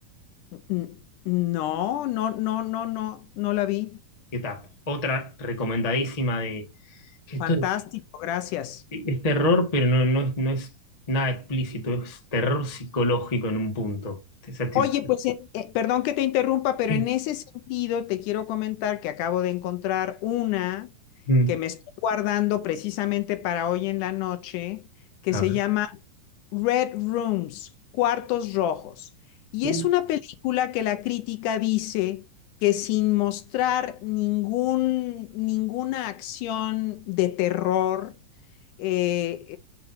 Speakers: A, on the left; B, on the left.
A: N- No, no, no, no, no, no la vi.
B: Get Up, otra recomendadísima de esto
A: Fantástico,
B: es,
A: gracias.
B: es terror, pero no, no es, no es nada explícito, es terror psicológico en un punto. O sea, te-
A: Oye, pues eh, eh, perdón que te interrumpa, pero
B: sí,
A: en ese sentido te quiero comentar que acabo de encontrar una
B: mm,
A: que me estoy guardando precisamente para hoy en la noche, que
B: A
A: se
B: ver,
A: llama Red Rooms, Cuartos Rojos. Y
B: uh,
A: es una película que la crítica dice que sin mostrar ningún, ninguna acción de terror, eh,